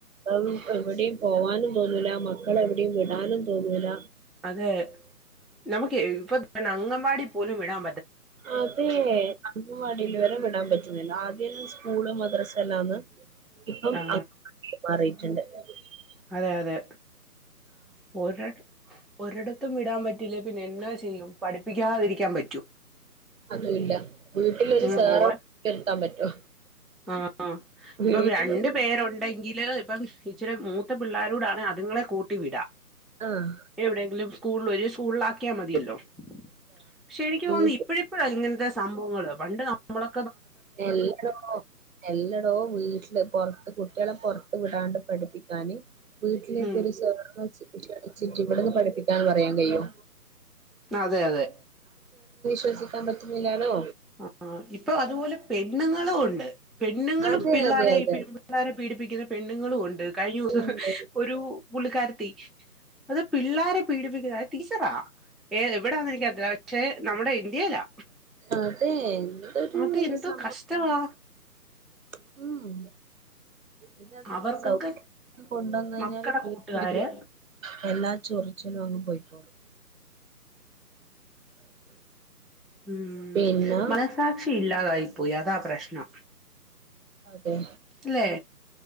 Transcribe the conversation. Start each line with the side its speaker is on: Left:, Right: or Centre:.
Right: പ്പം എബഡിം പോവാനും തോന്നൂല്ല മക്കളെ എവിടെയും വിടാനും തോന്നൂല്ല.
Centre: അതെ നമുക്കേ ഇപ്പൊ <unintelligible> ങ്കവാടി പോലും വിടാം
Right: അതേ അംഗൻവാടില് വരെ വിടാൻ പറ്റുന്നില്ല ആദ്യല്ലാം സ്കൂള് മദ്രസ എല്ലാന്ന് ഇപ്പം
Centre: ആ
Right: അംഗൻവാടീൽ <unintelligible> <unintelligible>
Centre: അതെ അതെ ഒരെട് ഒരെടത്തും വിടാൻ പറ്റില്ലേ പിന്നെ എന്നാ ചെയ്യും പഠി പ്പിക്കാതിരിക്കാൻ പ
Right: അതുവല്ല വീട്ടിലൊരു
Centre: ഉം
Right: സേർ
Centre: ഓൻ
Right: <unintelligible> നിർത്താൻ പറ്റോ
Centre: ആ ഇപ്പം
Right: വീട്ടിലൊരു
Centre: രണ്ട് പേരുണ്ടെങ്കില് ഇപ്പം ഇച്ചിരി മൂത്ത പിള്ളാരൂടാണെ അതുങ്ങളെ കൂട്ടി വിടാം.
Right: ആഹ്
Centre: എവിടെ എങ്കിലും സ്കൂളിലൊ ഇനി സ്കൂളിൽ ആക്കിയാൽ മതിയല്ലോ. പക്ഷെ എനിക്ക്
Right: നോക്ക്
Centre: തോന്നുന്നു ഇപ്പഴിപ്പഴാ ഇങ്ങനത്തെ സംഭവങ്ങള് പണ്ട് നമ്മളൊ
Right: എല്ലടോ എല്ലടോ വീട്ടില് പൊറത്ത് കു ട്ടികളെ പൊറത്തു വിടാണ്ട് പഠിപ്പിക്കാന് വീട്ടിലേക്ക്
Centre: ഉം
Right: ഒരു സാനം <unintelligible> ചിറ്റി ഇവിട്ന്ന് പഠിപ്പിക്കാൻ പറയാൻ കഴിയോ
Centre: അതെ അതെ
Right: രസിക്കാൻ പറ്റുന്നില്ലാലോ
Centre: ആ ഇപ്പൊ അതുപോലും പെണ്ണുങ്ങളു ഉണ്ട്. പെണ്ണുങ്ങളും
Right: അതെ
Centre: പിള്ളോരെ
Right: അതെ അതെ
Centre: ഈ പെൺപിള്ളേരേ പീഡിപ്പിക്കുന്ന പെണ്ണുങ്ങളു ഉണ്ട്. കഴിഞ്ഞൊവസം
Right: ഉണ്ട്
Centre: ഹ് ഹ്
Right: ഉണ്ട്
Centre: ഒരു പു ള്ളിക്കാരൻ <unintelligible> അത് പിള്ളാരെ പീഡിപ്പിക്കുന്ന അത് ടീച്ചറാ ഏ എവിടാന്ന് എനിക്ക <unintelligible> ക്ഷെ നമ്മുടെ ഇന്ത്യയിലാ
Right: അതെ എന്തൊരു
Centre: അത് എന്തോ
Right: സംഭവം
Centre: കഷ്ടവാ
Right: <unintelligible> മ് ഇത് അത്
Centre: അവർക്കൊക്കെ
Right: ന്നെ <unintelligible> കൊണ്ടുവന്ന്
Centre: മക്കടെ
Right: ഴിഞ്ഞാല് <unintelligible>
Centre: കൂട്ടുകാര്
Right: എല്ലാ ചൊറിച്ചിലും അങ്ങ് പൊയിക്കോളും.
Centre: ഉമ്
Right: പിന്നെ
Centre: മനസാക്ഷി ഇല്ലാതായി പോയി അതാ പ്രശ്നം.
Right: അതെ
Centre: ല്ലെ